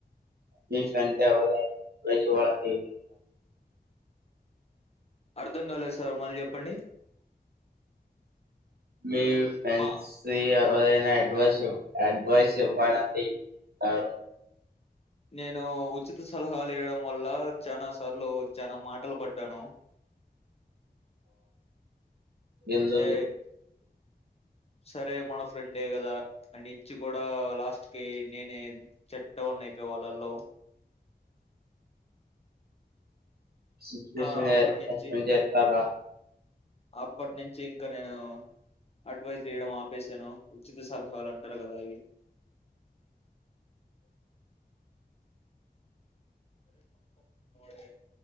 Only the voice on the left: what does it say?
అర్దం కాలేదు సార్ మళ్ళీ చెప్పండి
మా
నేను ఉచిత సలహాలు ఇయడం వల్ల చనా సార్లు చానా మాటలు పడ్డాను
అంటే సరే మన ఫ్రెండే కదా అని ఇచ్చి కూడా లాస్ట్ కి నేనే చెడ్డ వోన్ని అయిపో వాళ్ళలో
ఆ అప్పటి నుంచి అప్పటి నుంచి ఇంకా నేను అడ్వైజ్ లు ఇయడం ఆపేశాను ఉచిత సలహాలు అంటారు కదా అవి సరే పాపంవాడు